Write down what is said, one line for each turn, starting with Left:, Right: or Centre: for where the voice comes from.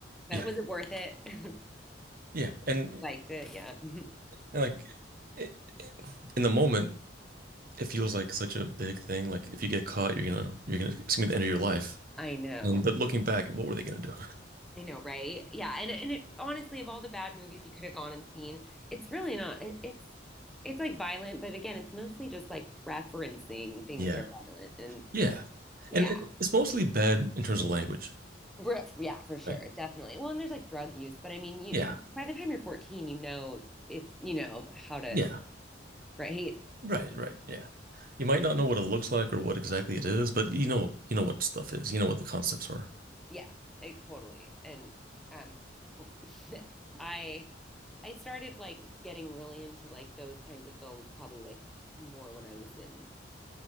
Centre: But
Right: yeah,
Centre: was it worth it? <laughs>
Right: yeah, and,
Centre: Liked it, yeah. <laughs>
Right: and like. it- it- In the moment, it feels like such a big thing. Like if you get caught, you're gonna you're gonna it's gonna be the end of your life.
Centre: I know.
Right: And but looking back, what were they gonna do?
Centre: I know, right? Yeah, and and it, honestly, of all the bad movies you could have gone and seen, it's really not. It, it's it's like violent, but again, it's mostly just like referencing things
Right: Yeah.
Centre: that are violent, and
Right: Yeah.
Centre: yeah,
Right: And it- it's mostly bad in terms of language,
Centre: Re- yeah, for sure,
Right: right?
Centre: definitely. Well, and there's like drug use, but I mean, you
Right: Yeah.
Centre: by the time you're 14, you know it's you know how to
Right: Yeah.
Centre: right?
Right: Right, right. Yeah. You might not know what it looks like or what exactly it is, but you know you know what stuff is. You know what the concepts are.
Centre: Yeah, it, totally. And um, <laughs> I I started like getting really into like those kinds of films probably like more when I was in